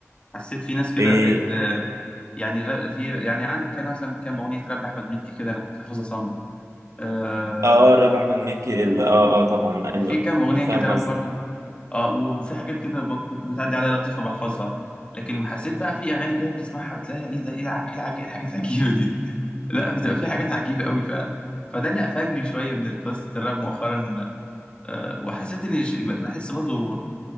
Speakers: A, on the left; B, on the right.
A: حسيت في ناس كده
B: ايه
A: بقت آه، يعني را- في يعني عندك انا مثلا كام اغنيه راب لاحمد مكي كده انا كنت حافظها صم آه
B: اه رابح احمد مكي ال- اه اه طبعا
A: وفي
B: ايوه
A: كام اغنيه
B: انا فاهم
A: كده
B: قصدي
A: راب برضو اه وفي حاجات كده ب- ممكن بتعدي عليا لطيفه بحفظها لكن حسيت بقى في اغاني كده بتسمعها بتلاقيها ايه ده ايه العج... ايه العج... ايه الحاجات العجيبه دي <laughs> لا
B: <laughs>
A: بتبقى في حاجات عجيبه قوي فعلا فده اللي قفلني شويه من قصه الراب مؤخرا آه، وحسيت ان ش- بحس برضه